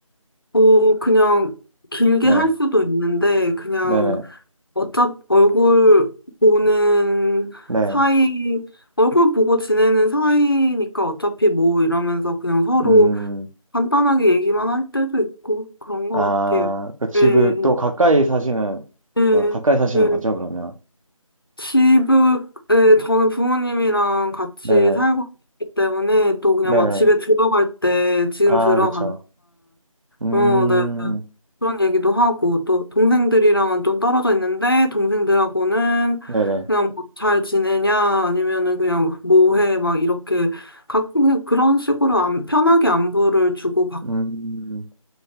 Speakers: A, on the left (about 40°); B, on the right (about 65°).
A: 어, 그냥 길게
B: 네.
A: 할 수도 있는데, 그냥
B: 네네.
A: 어차피 얼굴 보는
B: 네.
A: 사이, 얼굴 보고 지내는 사이니까 어차피 뭐 이러면서 그냥 서로
B: 음.
A: 간단하게 얘기만 할 때도 있고 그런 것
B: 아,
A: 같아요.
B: 그 집을
A: 예,
B: 또 가까이 사시는,
A: 예,
B: 어, 가까이 사시는
A: 예.
B: 거죠, 그러면?
A: 집에, 저는 부모님이랑 같이
B: 네네,
A: 살고 있기 때문에 또 그냥
B: 네네.
A: 막 집에 들어갈 때 지금
B: 아,
A: 들어간다.
B: 그쵸. 음,
A: 어, 네. 그런 얘기도 하고, 또 동생들이랑은 좀 떨어져 있는데, 동생들하고는
B: 네네.
A: 그냥 뭐 잘 지내냐, 아니면은 그냥 뭐 해, 막 이렇게 가끔 그냥 그런 식으로 안, 편하게 안부를 주고받어요.
B: 음,